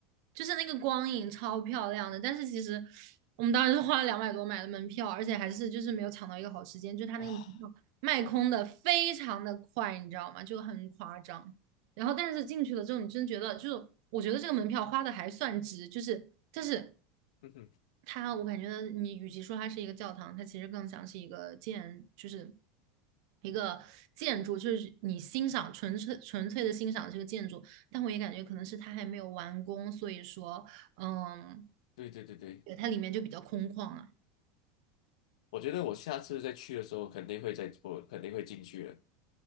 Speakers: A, on the right (about 60°); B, on the left (about 80°).
A: 就是那个光影超漂亮的。但是其实我们当时是花了两百多买的门票，而且还是就是没有抢到一个好时间，就它那个门票卖空的非常的快，
B: 啊。
A: 你知道吗？就很夸张。然后但是进去了之后，你真觉得就是，我觉得这个门票花的还算值，就是但是
B: 嗯哼，
A: 它，我感觉你与其说它是一个教堂，它其实更像是一个建，就是一个建筑，就是你欣赏纯粹纯粹的欣赏这个建筑。但我也感觉可能是它还没有完工，所以说，嗯，
B: 对对对对，
A: 对，它里面就比较空旷啊。
B: 我觉得我下次再去的时候肯定会再我肯定会进去的。